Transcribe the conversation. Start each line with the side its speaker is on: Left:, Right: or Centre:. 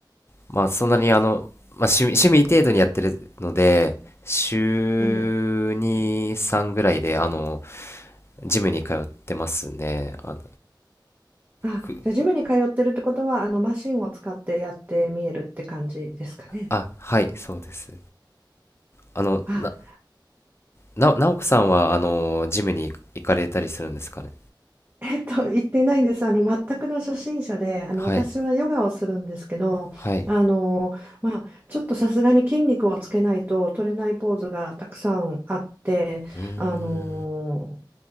Left: まあ、そんなにあの、まあ、趣味、趣味程度にやってるので、週2、
Right: ええ。
Left: 3ぐらいで、あの、ジムに通ってますね。あの、
Right: あ、
Left: く、
Right: じゃあ、ジムに通ってるってことは、あの、マシンを使ってやってみえるって感じですかね。
Left: あ、はい、そうです。あの、
Right: あ、
Left: な、な、直子さんは、あの、ジムに行かれたりするんですかね。
Right: えっと、言ってないんです。あの、全くの初心者で、あの、
Left: はい、
Right: 私はヨガをするんですけど、
Left: はい。
Right: あの、まあ、ちょっとさすがに筋肉をつけないと取れないポーズがたくさんあって、
Left: うーん、
Right: あの、